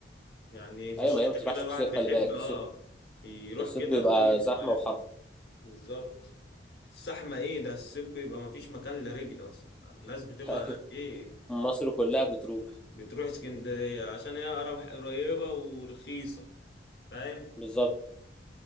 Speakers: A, on the left; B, in the centre.
A: يعني في
B: أيوة
A: الشتاء
B: ما هي ما تروحش
A: كده
B: في
A: الواحد
B: الصيف
A: بيحب
B: خلي بالك
A: اه
B: الصيف
A: يروح
B: الصيف
A: كده
B: بيبقى
A: الدنيا
B: زحمة
A: بتبقى رايقة.
B: وحر
A: بالظبط الزحمه ايه ده الصيف بيبقى مفيش مكان لرجل اصلا انت عارف، الناس بتبقى
B: <laughs> أيوة،
A: هناك ايه
B: مصر كلها بتروح
A: بتروح اسكندريه عشان هي أقرب- قريبه ورخيصه فاهم
B: بالظبط